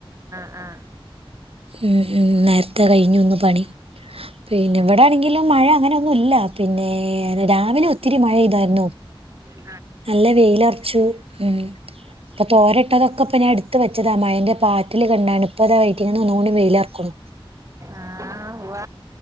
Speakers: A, on the right; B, on the right.
A: ആ ആ
B: ഉം ഉം നേരത്തെ കഴിഞ്ഞുന്ന് പണി പിന്നെ
A: ഉം
B: ഇവിടെ
A: ഉം
B: ആണെങ്കിലും മഴ അങ്ങനെ ഒന്നുല്ല പിന്നെ രാ രാവിലെ ഒത്തിരി മഴയ്താരുന്നു
A: ഉം
B: നല്ല വെയിലറച്ചു ഉം ഇപ്പൊ തോരട്ടതൊക്കെ ഇപ്പൊ ഞാൻ എട് ത്തത മഴന്റെ പാറ്റില് കണ്ടാണ് ഇപ്പത <unintelligible> ന്ന് ഒന്നൂടി വെയിലറക്കണ്
A: ആഹ് ഉവ്വ